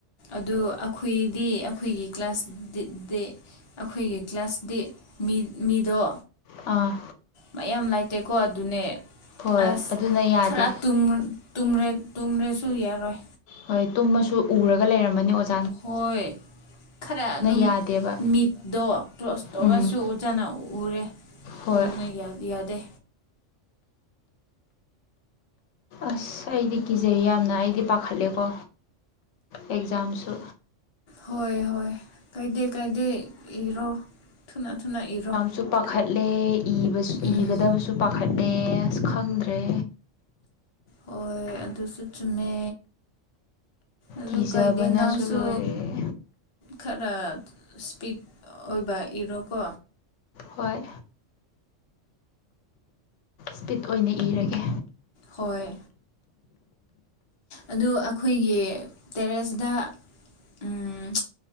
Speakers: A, on the left; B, on the left.
A: ꯑꯗꯨ ꯑꯩꯈꯣꯏꯗꯤ ꯑꯩꯈꯣꯏꯒꯤ ꯀ꯭ꯂꯥꯁꯗ ꯗꯤ ꯑꯩꯈꯣꯏꯒꯤ ꯀ꯭ꯂꯥꯁꯗꯤ ꯃꯤ ꯃꯤꯗꯣ
B: ꯑꯥ
A: ꯃꯌꯥꯝ ꯂꯩꯥꯇꯦꯀꯣ ꯑꯗꯨꯅꯦ
B: ꯍꯣꯏ
A: ꯑꯁ
B: ꯑꯗꯨꯅ ꯌꯥꯗꯦ
A: ꯈꯔ ꯇꯨꯝ ꯇꯨꯝꯔ ꯇꯨꯝꯔꯁꯨ ꯌꯥꯔꯣꯏ
B: ꯍꯣꯏ ꯇꯨꯝꯃꯁꯨ ꯎꯔꯒ ꯂꯩꯔꯝꯃꯅꯤ ꯑꯣꯖꯥ
A: ꯍꯣꯏ ꯈꯔ ꯑꯅꯨꯝ
B: ꯌꯥꯗꯦꯕ
A: ꯃꯤꯠꯗ‌ꯣ ꯀ꯭ꯂꯣꯁ ꯇꯧꯔꯁꯨ
B: ꯎꯝ
A: ꯆꯥꯅ ꯎꯔꯦ
B: ꯍꯣꯏ
A: ꯑꯗꯨꯅ ꯌꯥ ꯌꯥꯗꯦ
B: ꯑꯁ ꯑꯩꯗꯤ ꯀꯤꯖꯩ ꯌꯥꯝꯅ ꯑꯩꯗꯤ ꯄꯥꯈꯠꯂꯦꯀꯣ ꯑꯦꯛꯖꯥꯝꯁꯨ
A: ꯍꯣꯏ ꯍꯣꯏ ꯀꯥꯏꯗꯦ ꯀꯥꯏꯗꯦ ꯏꯔꯣ ꯊꯨꯅ ꯊꯨꯅ ꯏꯔꯣ
B: ꯁꯨ ꯄꯥꯈꯠꯂꯦ ꯏꯕꯁꯨ
A: ꯎꯝ
B: ꯏꯒꯗꯕꯁꯨ ꯄꯥꯈꯠꯂꯦ ꯑꯁ ꯈꯪꯗ꯭ꯔꯦ
A: ꯍꯣꯏ ꯑꯗꯨꯁꯨ ꯆꯨꯝꯃꯦ ꯑꯗꯨ
B: ꯀꯤꯖꯕꯅꯁꯨ
A: ꯀꯥꯏꯗꯦ ꯅꯪꯁꯨ
B: ꯂꯣꯏꯔꯦ
A: ꯈꯔ ꯏꯁꯄꯤꯠ ꯑꯣꯏꯕ ꯏꯔꯣꯀꯣ
B: ꯍꯣꯏ ꯁ꯭ꯄꯤꯠ ꯑꯣꯏꯅ ꯏꯔꯒꯦ
A: ꯍꯣꯏ ꯑꯗꯨ ꯑꯩꯈꯣꯏꯒꯤ ꯇꯦꯔꯦꯁꯗ ꯎꯝ